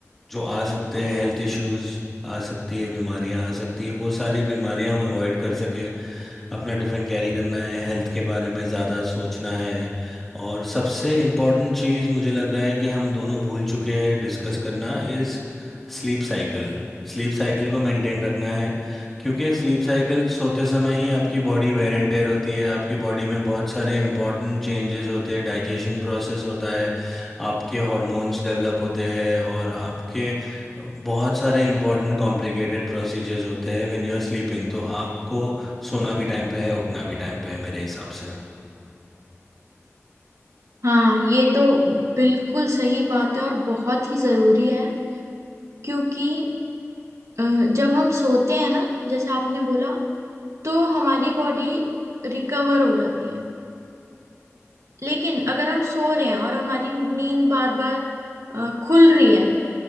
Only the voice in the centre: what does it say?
जो आ सकते हैं हेल्थ इश्यूज आ सकती है बीमारियां आ सकती है बहुत सारी बीमारियां हम अवॉइड कर सके अपना टिफ़िन कैरी करना है हेल्थ के बारे में ज़्यादा सोचना है और सबसे इम्पोर्टेंट चीज़ मुझे लग रहा है कि हम दोनों भूल चुके हैं डिस्कस करना is sleep cycle Sleep cycle को मेंटेन रखना है क्योंकि स्लीप साइकिल सोते समय ही आपकी बॉडी वेयर एंड टेयर होती है आपकी बॉडी में बहुत सारे इंपॉर्टेंट चेंजेस होते हैं डाइजेशन प्रोसेस होता है आपके हॉर्मोन्स डेवलप होते हैं और आपके बहुत सारे इंपॉर्टेंट कॉम्प्लिकेटेड प्रोसीजर्स होते हैं व्हेन यू आर स्लीपिंग तो आपको सोना भी टाइम पे है उठना भी टाइम पे है मेरे हिसाब से